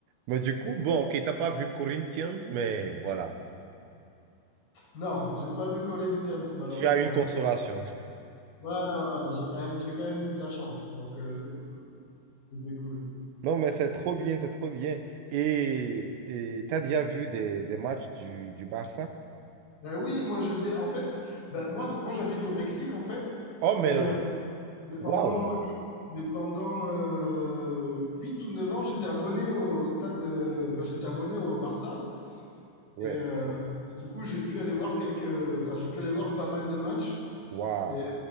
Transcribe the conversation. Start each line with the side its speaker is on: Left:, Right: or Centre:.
Right: Mais du coup, bon, ok, t'as pas vu Corinthians, mais voilà,
Left: Non, j'ai pas vu Corinthians malheureusement.
Right: tu as une consolation. <laughs>
Left: Ouais, ouais, ouais, j'ai quand même, j'ai quand même eu de la chance, donc euh, c'est- c'était cool.
Right: Non, mais c'est trop bien, c'est trop bien. Et et t'as déjà vu des, des matchs du, du Barça?
Left: Ben oui, moi j'étais, en fait, ben, moi, c'est- moi j'habite au Mexique en fait,
Right: Oh,
Left: mais,
Right: mais
Left: euh,
Right: l-
Left: mais pendant,
Right: waouh,
Left: mais pendant euh, 8 ou 9 ans, j'étais abonné au stade, euh, ben, j'étais abonné au Barça,
Right: ouais,
Left: et, euh, et du coup j'ai pu aller voir quelques, enfin j'ai pu aller voir pas mal de matchs,
Right: waouh,
Left: et euh,